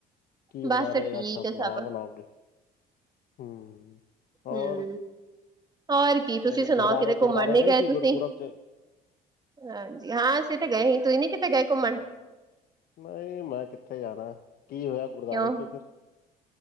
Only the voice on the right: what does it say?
ਬਸ
ਠੀਕ
ਆ
ਸਭ
ਹੂੰ ਹੋਰ ਕੀ
ਤੁਸੀਂ ਸੁਣਾਓ
ਕਿਤੇ
ਘੁੰਮਣ ਨੀ ਗਏ
ਤੁਸੀਂ?
ਹਾਂਜੀ ਹਾਂ, ਅਸੀਂ ਤੇ ਗਏ ਸੀ ਤੁਸੀਂ ਨੀ ਕਿਤੇ ਗਏ ਘੁੰਮਣ?
ਕਿਉਂ